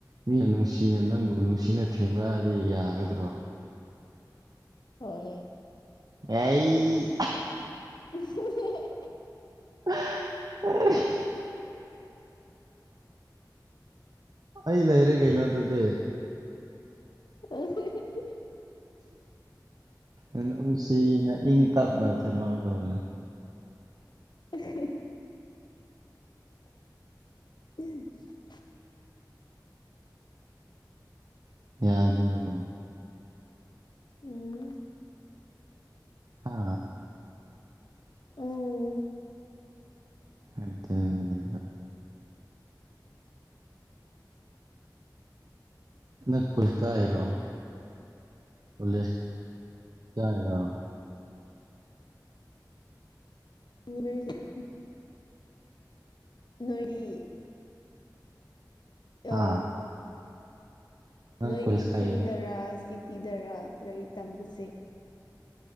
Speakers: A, on the right; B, on the left.
A: ꯃꯤꯅ ꯅꯨꯡꯁꯤꯅ ꯅꯪꯕꯨ ꯅꯨꯡꯁꯤꯅ ꯊꯦꯝꯔꯛꯑꯗꯤ ꯌꯥꯒꯗ꯭ꯔꯣ
B: ꯍꯣꯏ
A: ꯌꯥꯏꯌꯦ
B: ꯎꯝ
A: <unintelligible> ꯑꯩ ꯂꯩꯔꯦ ꯀꯩꯅꯣ ꯑꯗꯨꯗꯤ
B: ꯑ <unintelligible>
A: ꯑ ꯅꯨꯡꯁꯤꯅ ꯏꯪ ꯇꯞꯅ ꯊꯦꯡꯅꯒꯗꯕꯅꯤ
B: <unintelligible> <unintelligible>
A: ꯌꯥꯅꯤꯒꯣ
B: ꯎꯝ
A: ꯍꯥ
B: ꯎꯝ
A: <unintelligible> <unintelligible>
B: <unintelligible> ꯅꯣꯏꯔꯤ
A: ꯍꯥ
B: ꯑ
A: ꯅꯪ
B: ꯅꯣꯏꯒꯤ
A: ꯀꯣꯂꯦꯖ ꯀꯥꯏꯔꯣ
B: ꯈꯨꯟꯗꯔꯥ ꯆꯤꯛ ꯇꯤꯗꯔ ꯂꯥꯏꯔꯤꯛ ꯇꯝꯕꯁꯦ